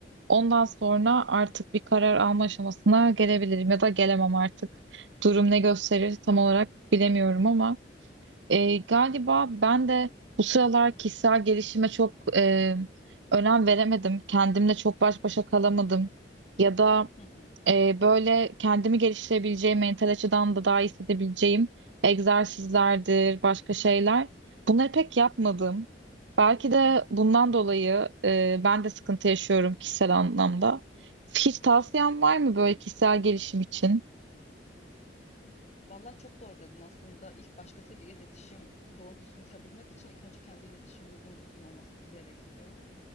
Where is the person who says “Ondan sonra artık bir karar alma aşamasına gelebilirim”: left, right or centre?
Right